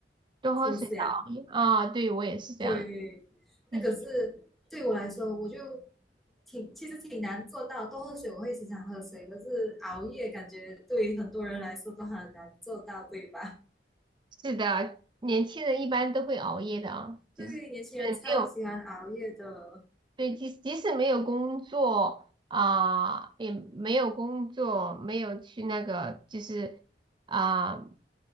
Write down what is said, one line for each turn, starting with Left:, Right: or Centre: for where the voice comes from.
Right: 多喝水，
Centre: 是不是呀？
Right: 少熬夜啊，对我也是这样。
Centre: 对，
Right: 以前
Centre: 那可是对我来说，我就挺其实挺难做到。多喝水我会时常喝水，可是熬夜感觉对很多人来说都很难做到，对吧？
Right: 是的，年轻人一般都会熬夜的啊，就是是
Centre: 对，年轻人超喜欢熬夜的。
Right: 没有对，即即使没有工作啊、也没有工作，没有去那个就是。啊、